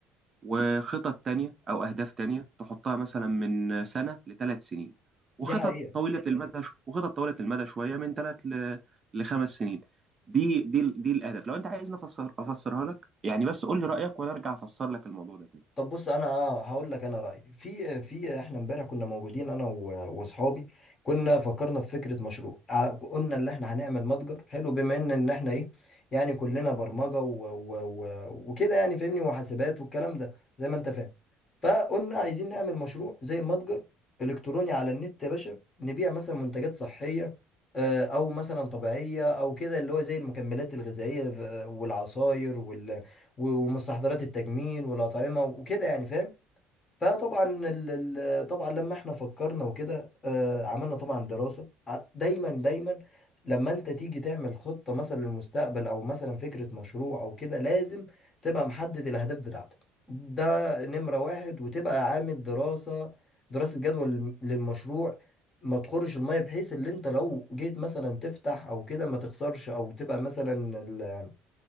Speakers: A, on the right; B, on the left.
A: وخطط تانية أو أهداف تانية تحطها مثلا من سنة لثلاث سنين وخطط
B: دي حقيقه
A: طويلة المدى وخطط طويلة المدى شوية من ثلاث ل... لخمس سنين دي دي دي الأهداف لو أنت عايزني أفسر أفسرها لك يعني بس قول لي رأيك وأنا أرجع أفسر لك الموضوع ده تاني
B: طب بص انا اه هقول لك انا رايي في في احنا امبارح كنا موجودين انا و- واصحابي كنا فكرنا في فكره مشروع ع- قلنا ان احنا هنعمل متجر حلو بما ان ان احنا ايه يعني كلنا برمجه و و و وكده يعني فاهمني وحاسبات والكلام ده زي ما انت فاهم فقلنا عايزين نعمل مشروع زي متجر الكتروني على النت يا باشا نبيع مثلا منتجات صحيه آه، او مثلا طبيعيه او كده اللي هو زي المكملات الغذائيه آه، والعصاير و- ومستحضرات التجميل والأطعمة وكده يعني فاهم فطبعا ال- ال- طبعا لما احنا فكرنا وكده آه، عملنا طبعا دراسة ع- دايما دايما لما انت تيجي تعمل خطة مثلا للمستقبل او مثلا فكرة مشروع او كده لازم تبقى محدد الاهداف بتاعتك ده نمرة واحد وتبقى عامل دراسة دراسة جدوى للم- للمشروع ما تخرش المية بحيث ان انت لو جيت مثلا تفتح او كده ما تخسرش او تبقى مثلا